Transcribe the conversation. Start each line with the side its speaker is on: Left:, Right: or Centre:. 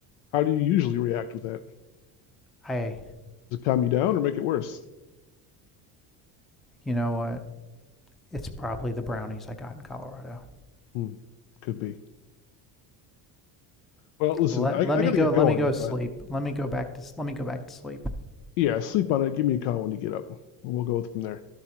Left: how do you usually react with that?
Centre: I,
Left: Does it calm you down or make it worse?
Centre: you know what? It's probably the brownies I got in Colorado.
Left: Hmm, could be. Well, listen,
Centre: Let
Left: I,
Centre: let
Left: I
Centre: me
Left: gotta
Centre: go.
Left: get
Centre: Let
Left: going,
Centre: me go sleep.
Left: but
Centre: Let me go back to let me go back to sleep.
Left: yeah, sleep on it. Give me a call when you get up. We'll go from there.